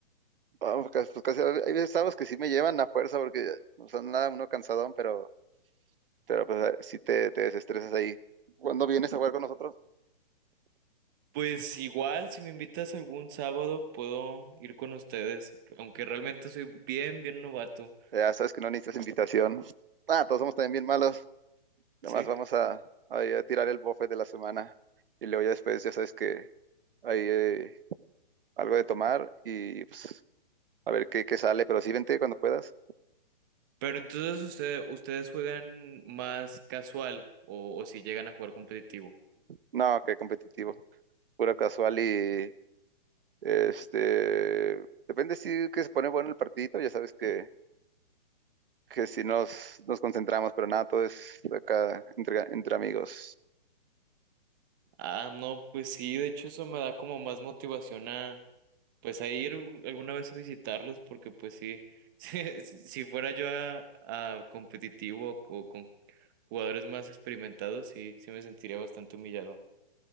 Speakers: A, on the right; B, on the right.
A: Vamos, pues pues, casi, hay veces sábados que sí me llevan a fuerza porque no son nada, uno cansadón, pero, pero pues eh, sí te, te desestresas ahí. Cuando vienes a jugar con nosotros,
B: Pues igual, si me invitas algún sábado, puedo ir con ustedes, aunque realmente soy bien, bien novato,
A: ya sabes que no necesitas invitación. Ah, todos somos también bien malos. Nomás
B: ¿sí?
A: vamos a, a, ir a tirar el buffet de la semana y luego ya después ya sabes que hay eh, algo de tomar y pues a ver qué, qué sale, pero sí vente cuando puedas.
B: Pero entonces usted- ustedes juegan más casual o, o si llegan a jugar competitivo.
A: No, qué competitivo. pura casual y este, depende si que se pone bueno el partidito, ya sabes que, que si nos, nos concentramos, pero nada, todo es acá entre, entre amigos.
B: Ah, no, pues sí, de hecho eso me da como más motivación a, pues a ir alguna vez a visitarlos, porque pues sí, <laughs> si, si fuera yo a, a competitivo o con jugadores más experimentados, sí, sí me sentiría bastante humillado.